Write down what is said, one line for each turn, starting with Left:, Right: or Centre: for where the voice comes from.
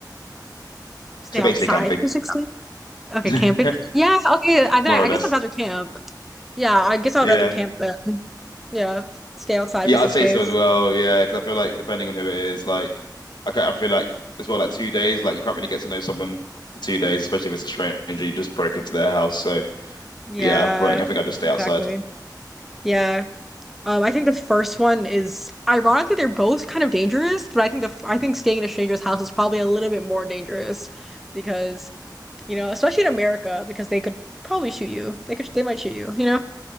Centre: Stay
Left: So
Centre: outside
Left: basically camping,
Centre: for six days. Okay,
Left: <laughs>
Centre: camping. Yeah, okay. I then
Left: more
Centre: I,
Left: or
Centre: I
Left: less.
Centre: guess I'd rather camp. Yeah, I guess I
Left: Yeah,
Centre: would rather camp then. yeah, stay outside
Left: yeah,
Centre: for six
Left: I'd say
Centre: days.
Left: so as well. Yeah, because I feel like depending on who it is, like I ca- I feel like as well, like two days, like you can't really get to know someone for two days, especially if it's a stranger you just broke into their house. So
Centre: Yeah,
Left: yeah, I think I think I'd just stay
Centre: exactly.
Left: outside.
Centre: Yeah. Um, I think the first one is ironically they're both kind of dangerous, but I think the f- I think staying in a stranger's house is probably a little bit more dangerous because, you know, especially in America, because they could probably shoot you. They could they might shoot you, you know?